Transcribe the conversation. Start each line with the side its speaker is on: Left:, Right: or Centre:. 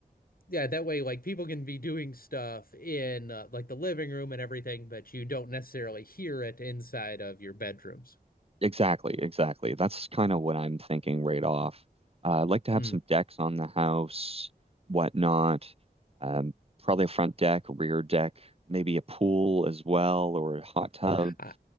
Left: yeah, that way, like people can be doing stuff in uh, like the living room and everything, but you don't necessarily hear it inside of your bedrooms.
Right: Exactly, exactly. That's kind
Left: Mhm.
Right: of what I'm thinking right off. Uh, I'd like to have
Left: Mm.
Right: some decks on the house, whatnot. Um, probably a front deck, rear deck, maybe a pool as well, or a hot tub.
Left: Uh,